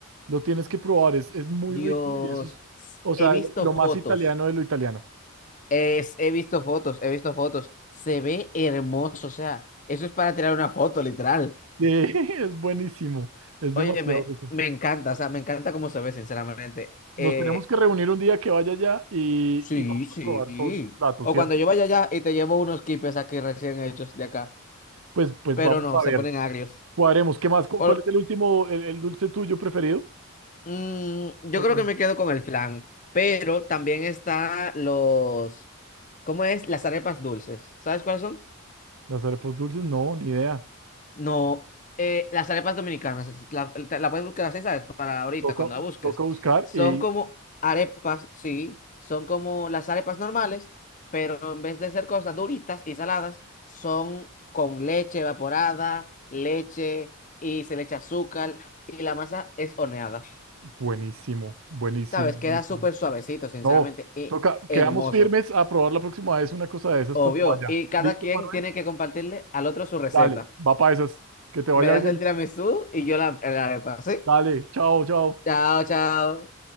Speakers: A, on the right; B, on the left.
A: Lo tienes que probar, es, es muy
B: Dios,
A: rico y eso es,
B: s-
A: o sea,
B: he visto
A: lo lo más
B: fotos,
A: italiano de lo italiano.
B: es, he visto fotos, he visto fotos, se ve hermoso, o sea, eso es para tirar una foto, literal.
A: Sí, <laughs> es buenísimo, es demasiado
B: Óyeme,
A: rico.
B: me encanta, o sea, me encanta cómo se ve, sinceramente.
A: Nos
B: Eh,
A: tenemos que reunir un día que vaya allá y,
B: sí,
A: y vamos
B: sí.
A: a probar todos los platos,
B: O
A: ¿cierto?
B: cuando yo vaya allá y te llevo unos quipes aquí recién hechos de acá,
A: Pues, pues
B: pero
A: vamos
B: no,
A: a
B: se
A: ver,
B: ponen agrios.
A: cuadremos, ¿qué más? ¿Cu-
B: O-
A: ¿Cuál es el último, el, el dulce tuyo preferido?
B: mm, yo
A: No
B: creo
A: me-
B: que me quedo con el flan, pero también está los, ¿cómo es? Las arepas dulces, ¿sabes cuáles son?
A: Las arepas dulces, no, ni idea.
B: No, eh, las arepas dominicanas, la, la puedes buscar así, ¿sabes? Para ahorita,
A: Toca,
B: cuando la busques.
A: toca buscar
B: Son
A: y
B: como arepas, sí, son como las arepas normales, pero en vez de ser cosas duritas y saladas, son con leche evaporada, leche y se le echa azúcar y la masa es horneada,
A: buenísimo, buenísimo,
B: ¿sabes?
A: buenísimo.
B: Queda súper suavecito, sinceramente,
A: No,
B: y
A: toca,
B: hermoso,
A: quedamos firmes a probar la próxima vez una cosa de esas
B: obvio.
A: cuando vaya.
B: Y cada
A: ¿Listo,
B: quien
A: Manuel?
B: tiene que compartirle al otro su receta.
A: Dale, va para esas. Que te vaya
B: Me das
A: bien.
B: el tiramisú y yo la, la arepa, ¿sí?
A: Dale, chao, chao.
B: Chao, chao.